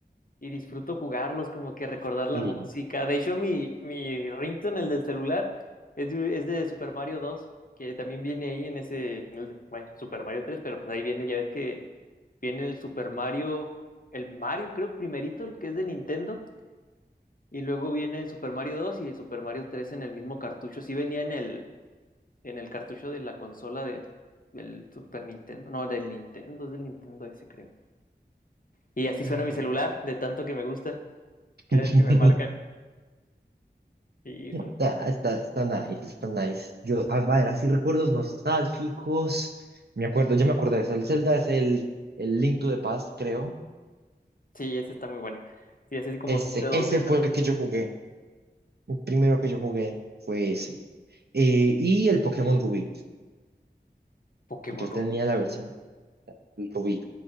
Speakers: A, on the left; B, on the right.
A: y disfruto jugarlos, como que recordar la
B: Sí.
A: música. De hecho, mi, mi ringtone, el del celular, es de, es de Super Mario 2 que también viene ahí en ese, en el de- bueno, Super Mario 3 pero pues ahí viene, ya ves que viene el Super Mario, el Mario creo primerito, el que es de Nintendo, y luego viene el Super Mario 2 y el Super Mario 3 en el mismo cartucho. Sí venía en el, en el cartucho de la consola del, del Super Nintendo, no, del Nintendo, es del Nintendo ese creo. Y así
B: Ay.
A: suena mi celular, de tanto que me gusta, cada
B: <laughs>
A: vez que me marca. Sí, es
B: Está,
A: un-
B: está, está nice, está nice. Yo, a ver, así recuerdos nostálgicos. Me acuerdo, ya me acordé de eso. El Zelda es el, el Link to the Past, creo.
A: sí, ese está muy bueno. Sí, es así como
B: Ese,
A: de este dos
B: ese
A: d
B: fue
A: también.
B: el que yo jugué. El primero que yo jugué fue ese. Eh, y el Pokémon Rubí.
A: Pokémon
B: Yo tenía
A: Rubí.
B: la versión Rubí.